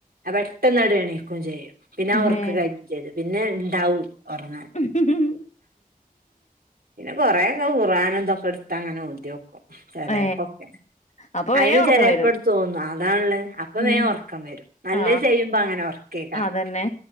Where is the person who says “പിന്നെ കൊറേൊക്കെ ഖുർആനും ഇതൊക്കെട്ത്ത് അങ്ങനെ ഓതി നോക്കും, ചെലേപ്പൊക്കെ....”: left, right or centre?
Right